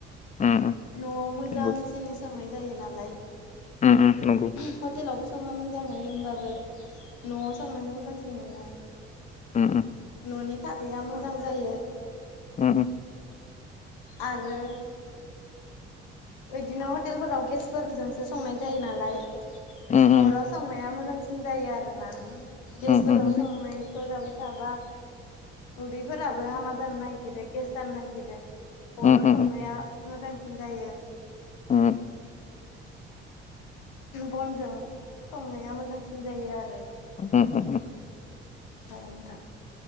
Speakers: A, on the left; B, on the left.
A: उम उम
B: न'आव मोजांसिनि
A: नंगौ
B: सांनाय जायो नालाय
A: उम उम नंगौ
B: हटेलावबो संङो मोजा नुयो होमबाबो बो न'आव सांनायखौ मोजांसिन मोनो।
A: उम
B: ननि खारैया मोजां जायो।
A: उम उम।
B: आरो इदिनो हटेलफोराव गेसफोरजोंसो संनाय जायो नालाय
A: उम
B: अराव संनाया मोजांसि जायो आरोना गेसफोराव
A: उम उम उम
B: संनायखौ जाबाय जाबाय थाबा उदैफोराबो हामा जानो नागिरो गेस जानो नागिरो अराव
A: उम उम उम
B: संनाया मोजांसिन जायो।
A: उम
B: बनजों संनाया मोजांसिन जायो आरो।
A: उम उम उम।
B: औ नोंथां।